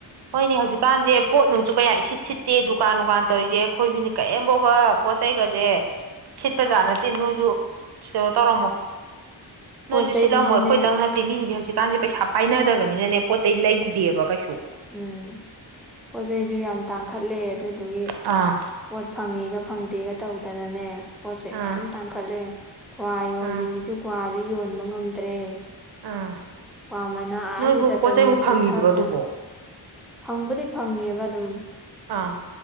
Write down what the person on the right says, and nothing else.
ꯍꯣꯏꯅꯦ ꯍꯧꯖꯤꯛꯀꯥꯟꯖꯦ ꯄꯣꯠ ꯅꯨꯡꯁꯨ ꯀꯌꯥ ꯏꯁꯤꯠ ꯁꯤꯠꯇꯦ ꯗꯨꯀꯥꯟ ꯅꯨꯡꯒꯥꯟ ꯇꯧꯏꯖꯦ ꯈꯣꯏꯁꯨꯅꯤ ꯀꯩꯏꯝꯕꯧꯕ ꯄꯣꯠꯆꯩꯒꯖꯦ ꯁꯤꯠꯄ ꯖꯥꯠ ꯅꯠꯇꯦ ꯅꯣꯏꯖꯨ ꯀꯩꯅꯣ ꯇꯧꯔꯝꯃꯣꯏ
ꯅꯣꯏꯖꯨ
ꯁꯤꯠꯂꯝꯃꯣꯏ ꯈꯣꯏꯇꯪ ꯅꯠꯇꯦ ꯇꯦ ꯃꯤꯖꯦ ꯍꯧꯖꯤꯛꯀꯥꯟꯖꯦ ꯄꯩꯁꯥ ꯄꯥꯏꯅꯗꯕꯅꯤꯅꯅꯦ ꯄꯣꯠ ꯆꯩ ꯂꯩꯗꯦꯕ ꯀꯩꯁꯨ
ꯑꯥ
ꯑꯥ
ꯑꯥ
ꯑꯥ
ꯅꯣꯏꯕꯨ ꯄꯣꯠ ꯆꯩꯕꯨ ꯐꯪꯉꯤꯕ꯭ꯔꯣ
ꯑꯗꯨꯕꯣ
ꯑꯥ